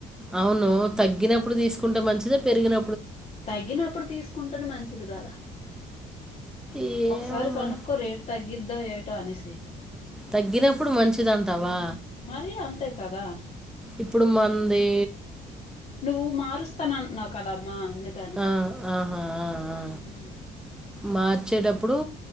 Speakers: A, in the centre; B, on the left.
A: అవును తగ్గినప్పుడు తీస్కుంటే మంచిద పెరిగిన
B: తగ్గినప్పుడు తీస్కుంటేనే మం ఇది గాద
A: ఏమమ్మా!
B: ఒకసారి కనుక్కో రేట్ తగ్గిద్దో ఏ టో అనేసి
A: తగ్గినప్పుడు మంచిదంటావా
B: మరీ అంతే కదా
A: ఇప్పుడు మన్దీ
B: నువ్వు మారుస్తానన్నావ్ కదా మా అందుకని
A: ఆ! ఆహా! ఆ! ఆ!
B: ఉమ్
A: మార్చేటప్పుడు